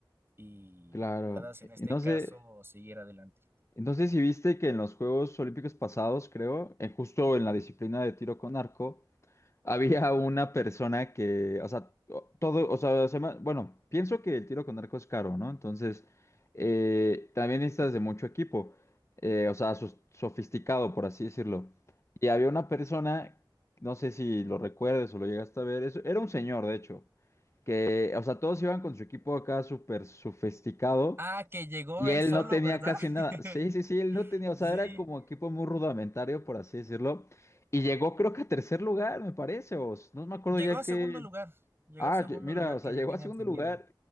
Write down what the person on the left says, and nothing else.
Claro.
Entonces,
entonces si viste que en los Juegos Olímpicos pasados, creo, en- justo en la disciplina de tiro con arco, Había una persona que, o sea, todo, o sea, se me- bueno, pienso que el tiro con arco es caro, ¿no? Entonces, eh, también necesitas de mucho equipo, eh, o sea, sos- sofisticado, por así decirlo. Y había una persona, no sé si lo recuerdes o lo llegaste a ver, eso, era un señor, de hecho, que, o sea, todos iban con su equipo acá súper sofisticado
y
él
no tenía
casi nada.
Sí, sí, sí, él no tenía, o
sea, era como equipo muy rudimentario, por así decirlo. Y llegó creo que a tercer lugar, me parece, o s- no me acuerdo
ya
que...
Ah,
ll- mira,
o sea,
llegó
a segundo
lugar.